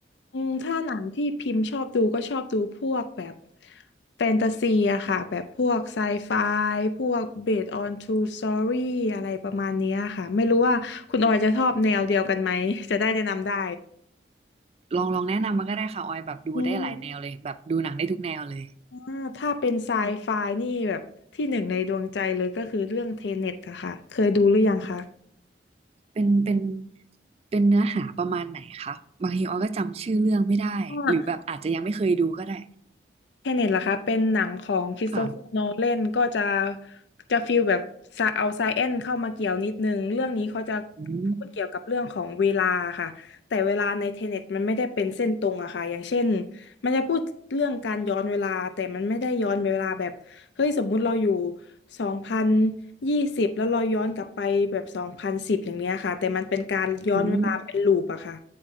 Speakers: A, on the left; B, on the right.
A: อืมถ้าหนังที่พิมพ์ชอบดูก็ชอบดูพวกแบบแฟนตาซีอะค่ะแบบพวกไซไฟพวก based on true story อะไรประมาณเนี้ยค่ะไม่รู้ว่าคุณออยจะชอบแนวเดียวกันไหมจะได้แนะนำได้
B: ลองลองแนะนำมาก็ได้ค่ะออยแบบดูได้หลายแนวเลยแบบดูหนังได้ทุกแนวเลย
A: อืมอ่าถ้าเป็นไซไฟนี่แบบที่หนึ่งในดวงใจเลยก็คือเรื่องเทเน็ตอะค่ะเคยดูหรือยังคะ
B: เป็นเป็นเป็นเนื้อหาประมาณไหนคะบางทีออยก็จำชื่อเรื่องไม่ได้หรือแบบอาจจะยังไม่เคยดูก็ได้
A: อ่า แคเน็ตล่ะคะเป็นหนังของคริสโตเฟอร์โนแลนก็จะ
B: ค่ะ
A: จะฟีลแบบซะเอาไซเอนเข้ามาเกี่ยวนิดนึงเรื่องนี้เขาจะ
B: อืม
A: พูดเกี่ยวกับเรื่องของเวลาค่ะแต่เวลาในเทเน็ตมันไม่ได้เป็นเส้นตรงอะค่ะอย่างเช่นมันจะพูดเรื่องการย้อนเวลาแต่มันไม่ได้ย้อนเวลาแบบเฮ้ยสมมุติเราอยู่สองพันยี่สิบแล้วเราย้อนกลับไปแบบสองพันสิบอย่างเนี้ยค่ะแต่มันเป็นการย้อนเวลาเป็นลูปอะค่ะ
B: อืม